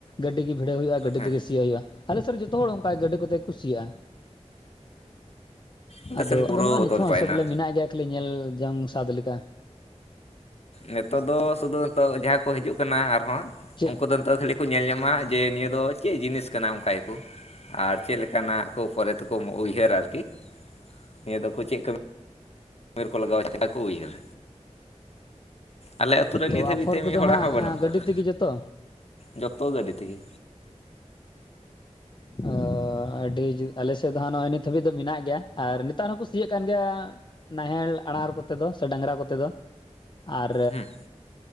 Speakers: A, on the left; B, on the left.
A: ᱜᱟᱹᱰᱤ ᱜᱮ ᱵᱷᱤᱲᱟᱹᱣ ᱦᱩᱭᱩᱜᱼᱟ ᱜᱟᱹᱰᱤ
B: ᱦᱮᱸ
A: ᱛᱮᱜᱮ ᱥᱤᱭᱳ ᱦᱩᱭᱩᱜᱼᱟ᱾ ᱟᱞᱮ ᱥᱮᱫ ᱡᱚᱛᱚ ᱦᱚᱲ ᱚᱱᱠᱟ ᱜᱟᱹᱰᱤ ᱠᱚᱛᱮ ᱠᱩ ᱥᱤᱭᱟ᱾
B: ᱟᱞᱮ
A: ᱟᱫᱚ
B: ᱥᱮᱱ ᱯᱩᱨᱟᱹ
A: ᱵᱟᱹᱱᱩᱜᱼᱟ
B: ᱵᱚᱫᱚᱞ
A: ᱱᱤᱛᱚᱜ
B: ᱪᱟᱵᱟᱭᱮᱱᱟ
A: ᱦᱚᱸ ᱥᱮ ᱵᱚᱞᱮ ᱢᱮᱱᱟᱜ ᱜᱮᱭᱟ ᱠᱷᱟᱹᱞᱤ ᱧᱮᱞ ᱡᱚᱝ ᱥᱟᱫ ᱞᱮᱠᱟ᱾
B: ᱱᱤᱛᱚᱜ ᱫᱚ ᱥᱩᱫᱩ ᱱᱤᱛᱚᱜ ᱡᱟᱦᱟᱸᱭ ᱠᱚ ᱦᱤᱡᱩᱜ ᱠᱟᱱᱟ ᱟᱨᱦᱚᱸ
A: ᱪᱮᱫ
B: ᱩᱱᱠᱩ ᱫᱚ ᱱᱤᱛᱚᱜ ᱠᱷᱟᱹᱞᱤ ᱠᱚ ᱧᱮᱞ ᱧᱟᱢᱟ ᱡᱮ ᱱᱤᱭᱟᱹ ᱫᱚ ᱪᱮᱫ ᱡᱤᱱᱤᱥ ᱠᱟᱱᱟ ᱚᱱᱠᱟ ᱭᱟᱠᱚ ᱟᱨ ᱪᱮᱫ ᱞᱮᱠᱟᱱᱟᱜ ᱠᱚ ᱯᱚᱨᱮᱫ ᱛᱮᱠᱚ ᱩᱭᱦᱟᱹᱨᱟ ᱟᱨᱠᱤ ᱱᱤᱭᱟᱹ ᱫᱚᱠᱚ ᱪᱮᱫ ᱠᱟᱹᱢᱤ ᱩᱢᱮᱨ ᱠᱚ ᱞᱟᱜᱟᱣᱟ <inaudible> ᱠᱚ ᱩᱭᱦᱟᱹᱨ ᱟᱞᱮ ᱟᱛᱩᱨ ᱨᱮ ᱱᱤᱛ
A: ᱛᱚ
B: ᱦᱟᱹᱵᱤᱡ
A: ᱟᱯᱷᱚᱨ
B: ᱛᱮ
A: ᱠᱚᱫᱚ
B: ᱢᱤᱫ ᱦᱚᱲᱟᱜ
A: ᱦᱟᱸᱜ
B: ᱦᱚᱸ ᱵᱟᱹᱱᱩᱜ ᱟᱠᱟᱫᱟ
A: ᱜᱟᱹᱰᱤ ᱛᱮᱜᱮ ᱡᱚᱛᱚ
B: ᱡᱚᱛᱚ ᱜᱟᱹᱰᱤ ᱛᱮᱜᱮ
A: ᱚ ᱟᱹᱰᱤ ᱟᱞᱮ ᱥᱮᱫ ᱫᱚ ᱦᱟᱜ ᱱᱚᱜᱼᱚᱭ ᱱᱤᱛ ᱦᱟᱹᱵᱤᱡ ᱫᱚ ᱢᱮᱱᱟᱜ ᱜᱮᱭᱟ ᱟᱨ ᱱᱮᱛᱟᱨ ᱦᱚᱸᱠᱚ ᱥᱤᱭᱟᱜ ᱠᱟᱱ ᱜᱮᱭᱟ ᱱᱟᱦᱮᱞ ᱟᱬᱟᱨ ᱠᱚᱛᱮ ᱫᱚ ᱥᱮ ᱰᱟᱝᱨᱟ ᱠᱚᱛᱮ ᱫᱚ ᱟᱨ
B: ᱦᱮᱸ